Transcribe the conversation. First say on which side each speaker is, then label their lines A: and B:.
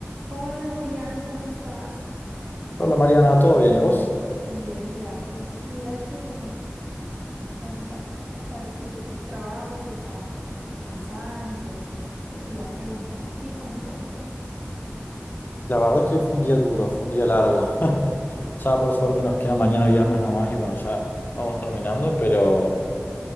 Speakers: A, on the right; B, on the left.
A: Hola Julián, ¿cómo estás?
B: Hola Mariana, ¿todo bien y vos?
A: Bien, gracias. Mira que mm, ahorita s- acabo de salir del trabajo y estaba súper cansada, entonces te quería preguntar a ti cómo te fue.
B: La verdad es que hoy fue un día duro, fue un día largo. <laughs> Ya por suerte nos queda mañana viernes nomás y bueno, ya vamos terminando, pero,